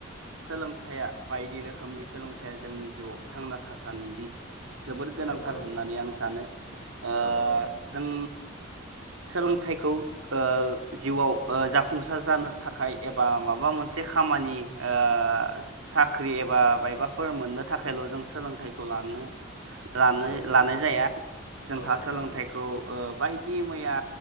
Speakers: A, on the right (about 80°); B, on the left (about 70°).
A: सोलोंथाइया बायदि रोखोमनि सोलोंथाइया जोंनि जिउआव थांना थासान्दि जोबोद गोनांथार
B: औ औ
A: होननानै आं सानो ओ
B: औ नंगौ
A: जों सोलोंथाइखौ ओ जिउआव ओ जाफुंसार जानो थाखाय एबा माबा मोनसे खामानि ओ ओ साख्रि एबा मायबाफोर मोननो थाखायल' जों सोलोंथाइखौ लानो लानै
B: औ औ
A: लानाय जाया जोंहा
B: औ
A: सोलोंथाइखौ
B: नंगौ
A: ओ बाय बायदि मैया